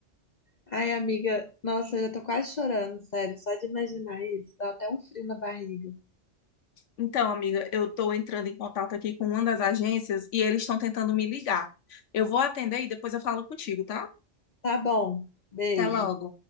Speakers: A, on the left (about 45°); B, on the left (about 75°).
A: Ai, amiga, nossa, eu já tô quase chorando, sério. Só de imaginar isso, dá até um frio na barriga.
B: Então, amiga, eu tô entrando em contato aqui com uma das agências e eles estão tentando me ligar. Eu vou atender e depois eu falo contigo, tá?
A: Tá bom, beijo.
B: Até logo.